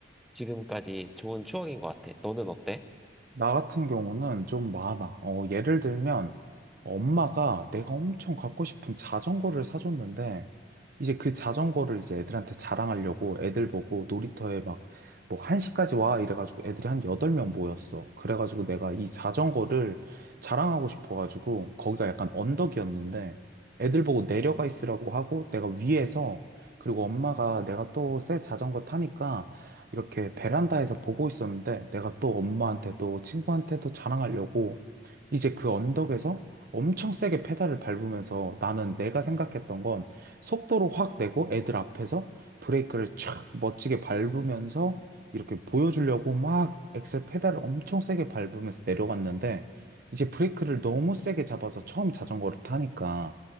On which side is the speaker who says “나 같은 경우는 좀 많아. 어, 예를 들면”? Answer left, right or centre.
Right